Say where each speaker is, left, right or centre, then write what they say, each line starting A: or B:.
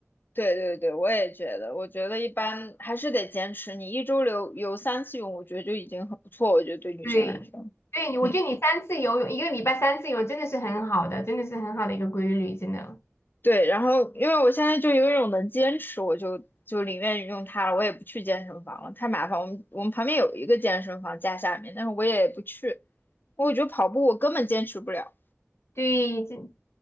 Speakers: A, on the left; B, on the left.
A: 对对对，我也觉得，我觉得一般还是得坚持，你一周游游三次泳，我觉得就已经很不错，我觉得对女生来说，
B: <laughs> 对，对，我觉得你三次游泳，
A: 嗯。
B: 一个礼拜三次游真的是很好的，真的是很好的一个规律，真的。
A: 对，然后因为我现在就有一种能坚持，我就就宁愿用它了，我也不去健身房了，太麻烦。我们我们旁边有一个健身房家下面，但是我也不去，我觉得跑步我根本坚持不了。
B: 对，坚